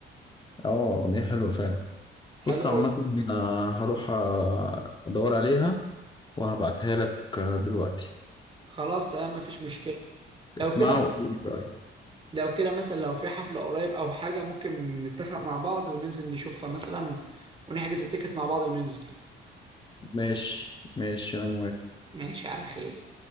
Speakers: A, on the left (about 25°); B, on the right (about 25°).
A: آه أغنية حلوة فعلا
B: حلو
A: بص عامة آه، هروح آه، أدور عليها وهبعتها لك آه، دلوقتي
B: خلاص تمام مفيش مشكله لو
A: اسمعوا
B: كده
A: وقولي رأيك
B: لو كده مثلا لو في حفلة قريب أو حاجة ممكن نتفق مع بعض وننزل نشوفها مثلا ونحجز التيكت مع بعض وننزل
A: ماشي ماشي أنا موافق
B: ماشي على خير